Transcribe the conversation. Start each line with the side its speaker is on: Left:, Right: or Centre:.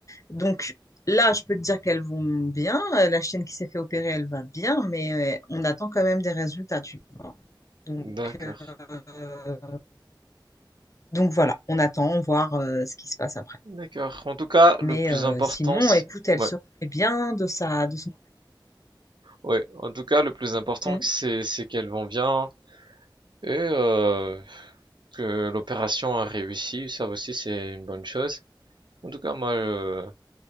Left: Donc, là, je peux te dire qu'elles vont bien. Euh, La chienne qui s'est fait opérer, elle va bien, mais euh, on attend quand même des résultats, tu vois. Donc,
Right: D'accord.
Left: euh, donc voilà, on attend voir euh, ce qui se passe après.
Right: D'accord. En tout cas,
Left: Mais
Right: le plus
Left: euh,
Right: important,
Left: sinon,
Right: c'est...
Left: écoute, elle
Right: Ouais.
Left: se remet bien de sa, de son.
Right: Ouais. En tout cas, le plus important,
Left: Mm.
Right: c'est c'est qu'elles vont bien. Et euh, que l'opération a réussi, ça aussi c'est une bonne chose. En tout cas, moi, euh,